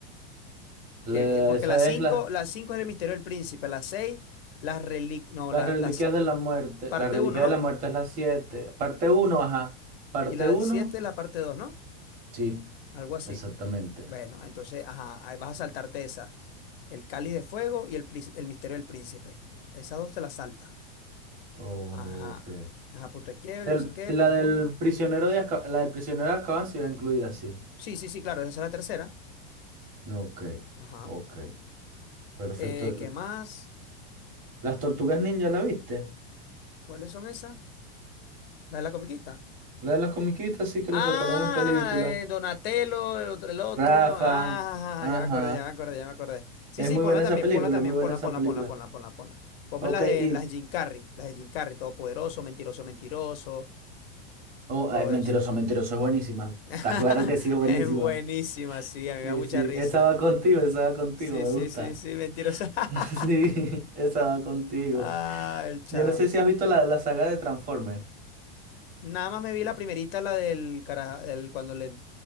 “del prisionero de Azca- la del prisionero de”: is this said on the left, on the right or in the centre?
Right